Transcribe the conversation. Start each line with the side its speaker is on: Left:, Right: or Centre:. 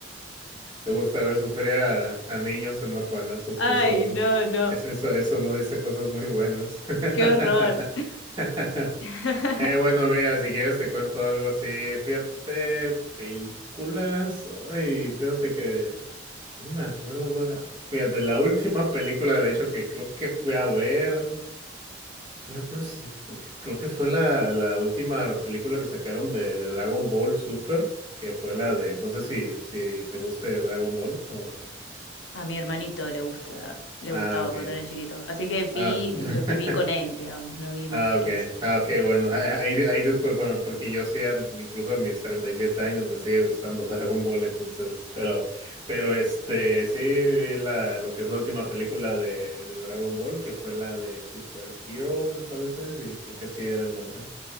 Right: Te gusta ver sufrir a, a niños en orfanatos,
Left: Ay,
Right: eso,
Left: no,
Right: es-
Left: no,
Right: es- eso, eso no dice cosas muy buenas. <laughs>
Left: qué horror. <laughs>
Right: Eh, bueno, mira, si quieres te cuento algo así. Fíjate, películas. Ay, fíjate que. ya Ni me acuerdo, güey. Fíjate, la última película, de hecho, que creo que fui a ver. No recuerdo si fue. Creo que fue la, la última película que sacaron de, de Dragon Ball Super. Que fue la de. No sé si, si te guste Dragon Ball. O...
Left: A mi hermanito le gusta, le
Right: Ah,
Left: gustaba
Right: ok.
Left: cuando era chiquito. Así que vi
Right: Ah. <laughs>
Left: lo que vi con él, digamos, no vi más
Right: Ah,
Left: que
Right: ok.
Left: eso.
Right: Ah, ok, bueno. ah, ah, Ahí, ahí discúlpame, porque yo sí, a- incluso a mis 37 años me sigue gustando <laughs> Dragon Ball, entonces, pero, pero este, sí vi la, lo que es la última película de, de Dragon Ball, que fue la de Super Hero, me parece, sí, creo que sí era el nombre.